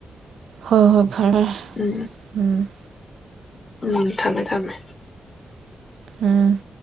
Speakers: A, on the right; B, on the left.
A: ꯍꯣꯏ ꯍꯣꯏ ꯐꯔꯦ ꯐꯔꯦ
B: ꯎꯝ
A: ꯎꯝ
B: ꯎꯝ ꯊꯝꯃꯦ ꯊꯝꯃꯦ
A: ꯎꯝ